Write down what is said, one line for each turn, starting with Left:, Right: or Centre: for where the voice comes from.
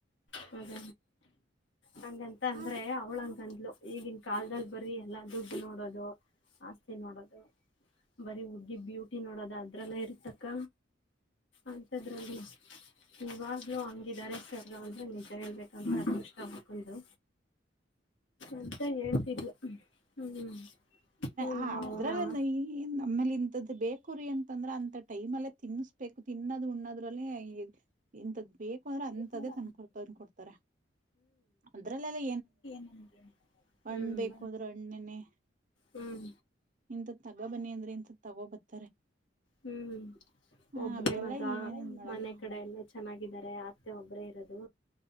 Left: ಹೌದ ಹಂಗಂತ ಅಂದ್ರೆ
Right: ಆ-
Left: ಅವ್ಳಂಗಂದ್ಲು ಈಗಿನ ಕಾಲದಲ್ಲಿ ಬರ ಎಲ್ಲ ದುಡ್ಡು ನೋಡೋದು ಆಸ್ತಿ ನೋಡೋದು ಬರಿ ಹುಗ್ಗಿದ್ ಬ್ಯು ನೋಡೋದ ಅದ್ರಲ್ಲ ಇರ್ತಕ್ಕ ಅಂತದ್ರಲ್ಲಿ ಇವಾಗ ಏನೋ ಹಂಗಿದ್ದಾರೆ ಸರ್ ಅಂದ್ರೆ ನಿಜೆ ಹೇಳ್ಬೇಕಂದ್ರೆ ಅದೃಷ್ಟ ಆ ಅಕ್ಕಂದು ಅಂತ ಹೇಳ್ತಿದ್ಲು ಹ್ಮ್ ಹೂನವ
Right: ಹಾ ಅದ್ರಲ್ಲ
Left: ಹೂನವ
Right: ನು ನಮ್ಮೇಲೆ ಇಂಥದ್ದು ಬೇಕ ಕುರಿ ಅಂತಂದ್ರ ಅಂತ ಟೈಮ ಅಲ್ಲೇ ತಿನ್ನಿಸಬೇಕು ತಿನ್ನದು್ ಉಣ್ಣದ್ರಲ್ಲಿ ಇಂತದ ಬೇಕು ಅಂದ್ರೆ ಅಂತದೇ
Left: ಹ್ಮ
Right: ತಂದ್ಕೊ ತಂದ್ಕೊಡ್ತಾರೆ ಅದ್ರಲ್ಲೆಲ್ಲ
Left: ಮತ್ತೆ ಹ್ಮ್
Right: ಹೂ ಬೇಕು ಅಂದ್ರೆ ಅಣ್ಣನೆ
Left: ಹ್ಮ್
Right: ಇಂಥ ತಗೋಬನ್ನಿ ಅಂದ್ರೆ ಇಂಂತ ತಗೋಬತ್ತ
Left: ಹ್ಮ್
Right: ಆ
Left: ಒಬ್ಬನೇ
Right: ಅವೆಲ್ಲಾ
Left: ಮಗ
Right: ಏನ್ ಇದ್ ಮಾಡಲ್ಲ
Left: ಮನೆ ಕಡೆ ಎಲ್ಲ ಚೆನ್ನ ಚೆನ್ನಾಗಿದ್ದರೆ ಅತ್ತೆ ಒಬ್ಬರೇ ಇರೋದು